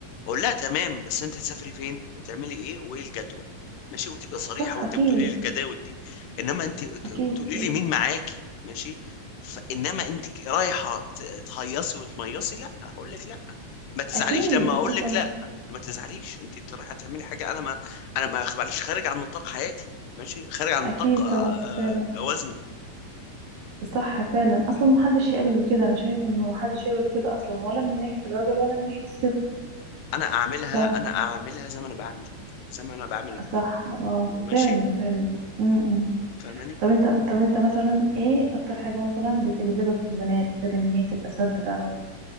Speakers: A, on the left; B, on the right.
A: اقول لها تمام بس انت هتسافري فين بتعملي ايه وايه الجدول ماشي وتبقى صريحه
B: صح
A: وانت
B: اكيد
A: بتقولي لي الجداول دي انما انت ت-
B: اكيد
A: وتقولي
B: اكيد
A: لي مين معاكي ماشي فانما انت رايحه ت- تهيصي وتميصي لا هقول لك لا ما تزعليش
B: اكيد
A: لما
B: اكيد
A: اقول لك
B: طبعا
A: لا ما تزعليش انت انت رايحه تعملي حاجه انا ما انا ما معلش خارج عن نطاق حياتي ماشي خارج عن
B: اكيد
A: نطاق آه،
B: طبعا فعلا
A: آه، جوازنا
B: صح فعلا اصلا محدش يقبل بكده انا شايف انه محدش يقبل بكده اصلا ولا من ناحيه الراجل ولا من ناحيه الست
A: انا اعملها
B: ف
A: انا اعملها زي ما انا بعملك زي ما انا بعمل الكل
B: صح اه
A: ماشي
B: فعلا فعلا امم
A: فاهماني
B: طب انت طب انت مثلا ايه اكتر حاجه مثلا بتجذبك في البنات غير ان هي تبقى صادقه و-